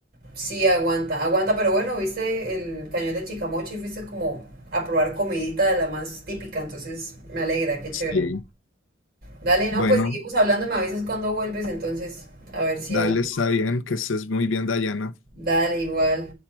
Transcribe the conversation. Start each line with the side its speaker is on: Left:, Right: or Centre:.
Right: Sí, aguanta, aguanta, pero bueno, viste el cañón de Chicamocha y fuiste como a probar comidita de la más típica, entonces me alegra, qué chévere.
Left: Sí.
Right: Dale, no,
Left: Bueno,
Right: pues seguimos hablando, me avisas cuando vuelves, entonces, a ver si
Left: dale,
Right: hay.
Left: está bien, que estés muy bien, Dayana.
Right: Dale, igual.